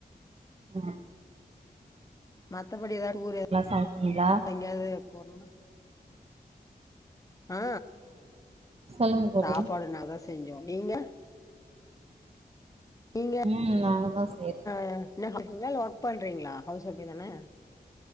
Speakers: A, on the right; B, on the left.
A: ம்
B: மத்தபடி எதாவ் ஊரு
A: சாப்ட்டீங்களா
B: எங்கயாவது போணுனா ஆ
A: சொல்லுங்க தோழி
B: சாப்பாடு நாதா செஞ்சோ நீங்க நீங்க
A: ம் நாங்கதா செய்றோ
B: அ என்ன <unintelligible> இல்ல ஒர்க் பண்றீங்ளா ஹவுஸ் ஒஃய்பேதானே